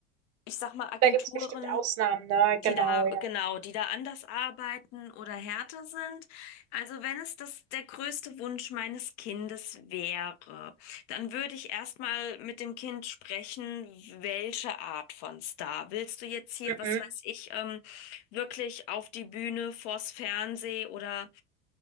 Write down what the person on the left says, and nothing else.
ich sag mal, Agenturen,
die da,
genau, die da anders arbeiten oder härter sind. Also wenn es das der größte Wunsch meines Kindes wäre, dann würde ich erstmal mit dem Kind sprechen, welche Art von Star? Willst du jetzt hier,
was weiß ich, ähm, wirklich auf die Bühne, vors Fernsehen oder